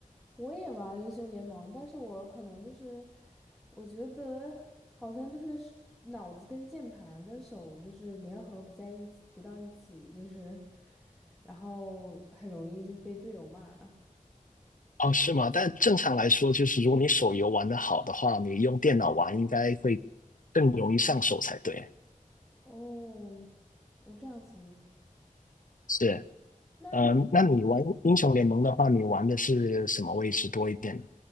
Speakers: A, in the centre; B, on the left.
A: 我也玩儿英雄联盟，但是我可能就是，我觉得好像就是是脑子跟键盘跟手就是联合不在一起，不到一起，就是，然后很容易就是被队友骂。
B: 哦，是吗？但正常来说，就是如果你手游玩的好的话，你用电脑玩应该会更容易上手才对。
A: 哦，我这样子，
B: 是，
A: 那你
B: 嗯，那你玩英雄联盟的话，你玩的是什么位置多一点呢？